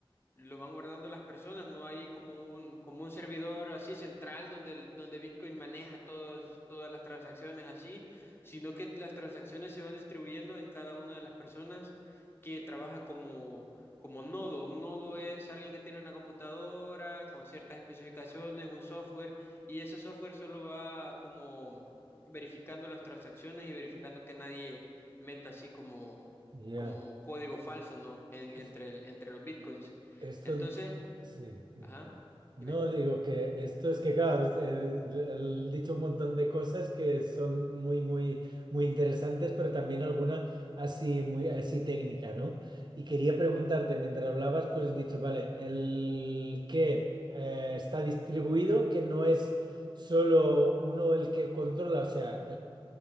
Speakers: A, on the left; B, on the right.
A: lo van guardando las personas, no hay como un, como un servidor así central donde, el- donde Bitcoin maneja todos, todas las transacciones así, sino que las transacciones se van distribuyendo en cada una de las personas que trabaja como, como nodo. Un nodo es alguien que tiene una computadora con ciertas especificaciones, un software, y ese software solo va como verificando las transacciones y verificando que nadie meta así como,
B: ya.
A: como código falso, ¿no? En-
B: Es-
A: entre, el- entre los bitcoins.
B: Esto,
A: Entonces,
B: sí, dime,
A: ajá,
B: dime. No
A: dime.
B: digo que esto es que, claro, es- el- el- he dicho un montón de cosas que son muy, muy, muy interesantes, pero también alguna así, muy, así técnica, ¿no? Y quería preguntarte, mientras hablabas, pues has dicho, vale, el que eh, está distribuido, que no es solo uno el que controla, o sea,